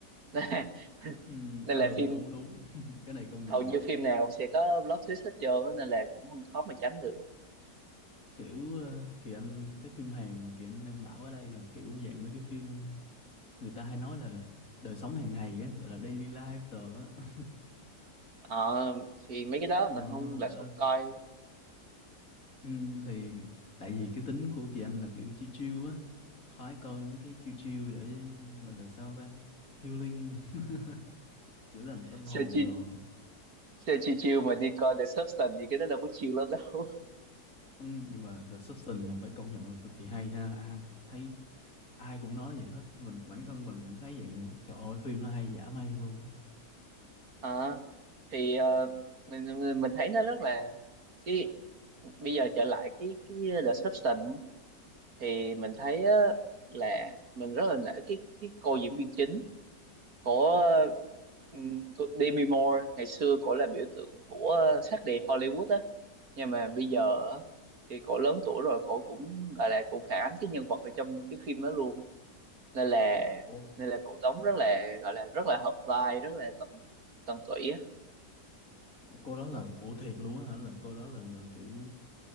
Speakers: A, on the right; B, on the left.
A: <laughs>
B: Ừ,
A: Đây
B: ờ
A: là phim
B: đúng đúng. <laughs> Cái này công
A: hầu
B: nhận.
A: như phim nào sẽ có plot twist hết trơn á, nên là cũng không khó mà tránh được
B: Kiểu ờ, Kỳ Anh cái phim Hàn mà Kỳ Anh đang bảo ở đây là kiểu dạng mấy cái phim người ta hay nói là đời sống hàng ngày á, gọi là daily life rồi á.
A: ờ, thì mấy cái đó
B: Ờ
A: mình không lại
B: đó,
A: không coi
B: ừ, thì tại vì cái tính của Kỳ Anh là kiểu chill chill khoái coi mấy cái chill chill để gọi là sao ta healing <laughs> chữa lành tâm
A: sao
B: hồn
A: chi
B: đồ
A: sao chi chiêu mà đi coi The Substance gì cái đó đâu có chiêu lắm đâu
B: ừ, nhưng mà The Substance là phải công nhận là cực kỳ hay ha à, thấy ai cũng nói vậy hết mình cũng bản thân mình cũng thấy vậy nữa trời ơi phim nó hay dã man luôn á
A: <laughs> Ờ, thì ờ, mình, mình mình thấy nó rất là cái bây giờ trở lại cái cái The Substance á, thì mình thấy á, là mình rất là nể cái cái cô diễn viên chính của ừm, của Demi Moore ngày xưa cổ là biểu tượng của sắc đẹp Hollywood á nhưng mà bây giờ á, thì cổ lớn tuổi rồi cổ cũng gọi là cũng phản ánh cái nhân vật ở trong cái phim đó luôn nên là
B: ủa
A: nên là cổ đóng rất là gọi là rất là hợp vai rất là tận tận tụy á
B: ủa, cô đó là ủa thiệt luôn á hả là cô đó là là kiểu